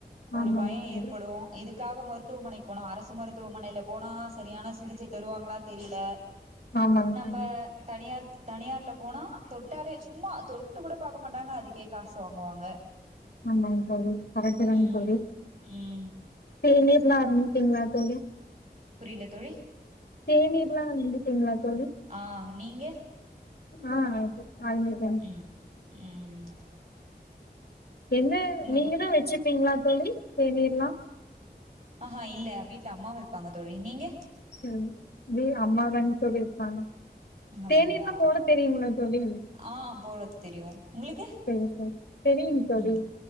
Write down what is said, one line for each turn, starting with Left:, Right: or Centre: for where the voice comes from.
Right: ஒரு
Left: ஆமாங்க
Right: பய
Left: தோழி
Right: ஏற்படோ இதுக்காக மருத்துவமனை போனா அரசு மருத்துவமனைல போனா சரியான சிகிச்சை தருவாங்களா தெரியல
Left: ஆமாங்க
Right: நம்ம
Left: தோழி
Right: தனியார் தனியார்ல போனா தொட்டாலே சும்மா தொட்டு கூட பாக்க மாட்டாங்க அதுக்கே காசு வாங்குவாங்க
Left: ஆமாங் தோழி கரெக்டு தா
Right: ம்
Left: தோழி
Right: ம்
Left: தேநீர்ல்லா அருந்துட்டீங்களா தோழி
Right: புரில தோழி
Left: தேநீர்ல்லா அருந்துட்டீங்களா தோழி
Right: ஆ நீங்க
Left: அ அருந்தியா
Right: ம் ம் ம் ம்
Left: எங்க நீங்க
Right: வீ
Left: தா வச்சுப்பீங்களா தோழி தேநீர்லா
Right: அஹா இல்ல வீட்ல அம்மா வைப்பாங்க தோழி நீங்க
Left: ம் இங்கயு அம்மாதாங் தோழி வைப்பாங்க
Right: அப்டிங்களா
Left: தேநீர்லா போட தெரியுங்களா தோழி
Right: ஆ போல தெரியு உங்களுக்கு
Left: சரி சரி தெரியுங்க தோழி
Right: ம்